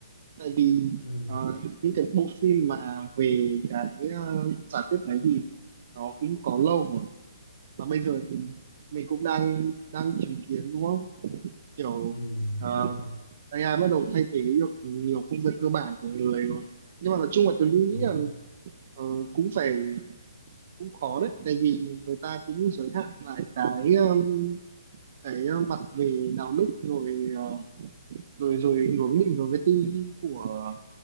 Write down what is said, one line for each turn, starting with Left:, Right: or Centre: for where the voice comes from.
Right: tại vì
Left: ừ,
Right: ờ, những cái bộ phim mà về cái ờ, giả thuyết đấy thì nó cũng có lâu rồi mà bây giờ thì mình cũng đang đang chứng kiến đúng không kiểu
Left: ừ,
Right: ờ,
Left: đúng rồi,
Right: AI bắt đầu thay thế được nhiều công việc cơ bản của người rồi nhưng mà nói chung là tôi nghĩ
Left: đúng
Right: là
Left: rồi.
Right: Ờ, cũng phải cũng khó đấy tại vì người ta cũng giới hạn lại cái um, cái uh, mặt về đạo đức rồi ờ, rồi rồi hướng định vào cái tư duy của